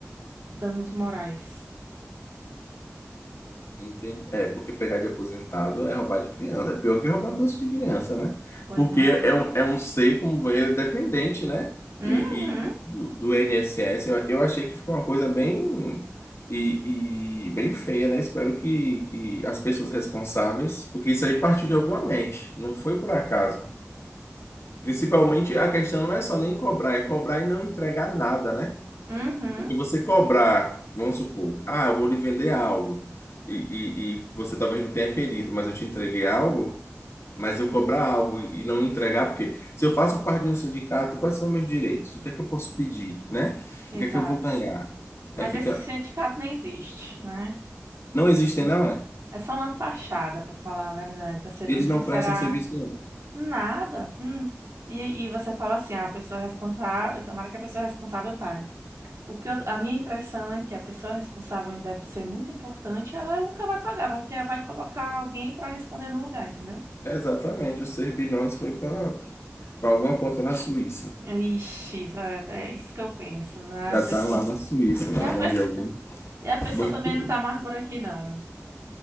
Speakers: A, on the right; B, on the left.
A: danos morais.
B: Entendi. É, porque pegar de aposentado é roubar de criança. É pior que roubar doce de criança, né?
A: Pois
B: Porque
A: não é?
B: é um, é um ser como ele é dependente, né?
A: Uhum,
B: E, e do, do INSS, eu, eu achei que ficou uma coisa bem e, e bem feia, né? Espero que, que as pessoas responsáveis, porque isso aí partiu de alguma mente, não foi por acaso. Principalmente a questão não é só nem cobrar, é cobrar e não entregar nada, né?
A: uhum,
B: Porque você cobrar, vamos supor, ah, eu vou lhe vender algo, e, e, e você talvez não tenha querido, mas eu te entreguei algo, mas eu cobrar algo e não entregar, porque se eu faço parte de um sindicato, quais são meus direitos? O que é que eu posso pedir, né?
A: exato.
B: O que é que eu vou ganhar?
A: Mas
B: Aí fica,
A: esse sindicato nem existe, né?
B: não
A: Essa-
B: existem, não é?
A: É só uma fachada, para falar a verdade, para ser
B: Eles
A: bem sincera,
B: não prestam serviço nenhum.
A: nada. Hum. E, e você fala assim, ah, a pessoa responsável, tomara que a pessoa responsável pague. O que eu- a minha impressão é que a pessoa responsável deve ser muito importante, ela nunca vai pagar, vai, que- vai colocar alguém para responder no lugar, entendeu?
B: Exatamente, os 6 bilhões foi para alguma conta na Suíça.
A: Ixi, exato, é é isso que eu penso, né?
B: Já
A: A
B: está
A: pessoa,
B: lá na Suíça, na
A: e a, pe-
B: mão de algum
A: e a pessoa
B: banqueiro.
A: também não tá mais por aqui, não.